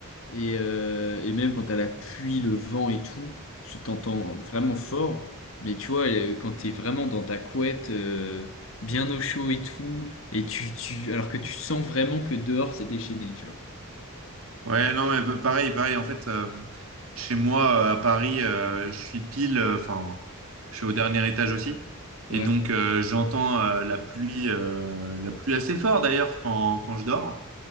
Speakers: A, on the left; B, on the right.
A: Et, euh, et même quand t'as la pluie, le vent et tout, tu t'entends vraiment fort. Mais tu vois, euh, quand t'es vraiment dans ta couette, euh, bien au chaud et tout, et tu, tu, alors que tu sens vraiment que dehors c'est déchaîné, tu vois.
B: ouais, non mais bah, pareil, pareil. En fait, euh, chez moi euh, à Paris, euh, je suis pile, euh, enfin, je suis au dernier étage aussi et
A: Ouais,
B: donc euh, j'entends euh, la pluie, euh, la pluie assez fort d'ailleurs quand quand je dors.